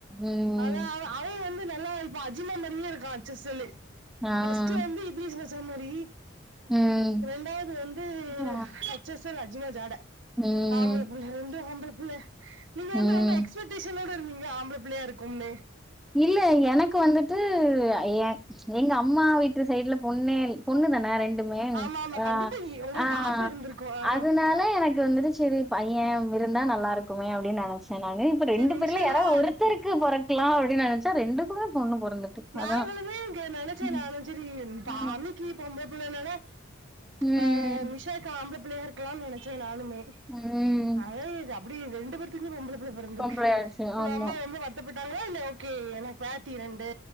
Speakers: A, in the centre; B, on the right.
A: ம்
B: அதா அவ அவ வந்து நல்லா இப்ப அஜினா மாரியே இருக்கா அச்சு அசலு
A: ஆ
B: ஃபர்ஸ்ட் வந்து இதிஷாசம் மாரி
A: ம்.
B: ரெண்டாது வந்து
A: ஆ
B: அச் அசல் அஜ்வா ஜாட
A: ம்,
B: ஆம்பள புள்ள ரெண்டோ ஆம்பள புள்ள நீங்க
A: ம்.
B: வந்து ரொம்ப எக்ஸ்பெக்டேஷனோட இருந்தீங்கலே ஆம்பள புள்ளையா இருக்கும்னு
A: இல்ல எனக்கு வந்துட்டு எ எங்க அம் அம்மா வீட்டு சைட்ல பொண்ணே பொண்ணு தானே ரெண் ரெண்டுமே
B: ஆமா ஆமா
A: கா
B: கண்டிப்பா இ- உங்களுக்கு
A: ஆ
B: ஆசை இருந்திருக்கும் ஆ.
A: அதுனால எனக் கு வந்துட்டு சேரி பைய விருந்தா நல்லா இருக்குமே அப்டின்னு நெனைச்ச நானு ரெண்டு
B: சரி இன்ஷால்லா
A: பேர்ல யாராது ஒர்த்தருக்கு
B: அடுத்து
A: பொறக்கலா அப்டின் நெனைச்சா ரெண்டுக்குமே பொண்ணு பொறந்துட்டு
B: நாங்களுமே
A: அதான்.
B: இங்க நெனைச்ச
A: ம்,
B: நானு செரி
A: ம்,
B: பா அமிக்கு பொம்ப புள்ள நால
A: ம்,
B: ஆ நிஷக்கு ஆம்பள புள்ள இருக்கலாம்னு நெனைச்ச நானுமே
A: ம்.
B: அதே இத இப்டி ரெண்டு பேருக்குமே பொம்பள பிள்ள பொறந்திருக்கு
A: பொம்பளையாச்சு.
B: உங்க
A: ஆமா.
B: அம்மா ரொம்ப வருத் வருத்தபட்டாங்ளா இல்ல ஓ கே எனா பாத்தி இரண்டு